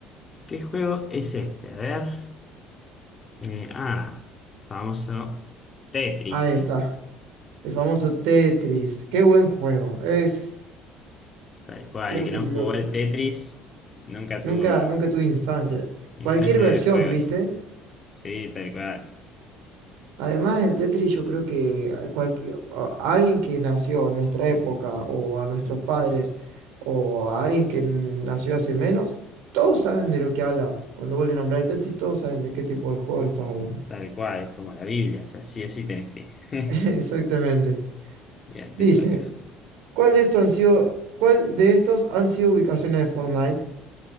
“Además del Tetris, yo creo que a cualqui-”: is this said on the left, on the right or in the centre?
Right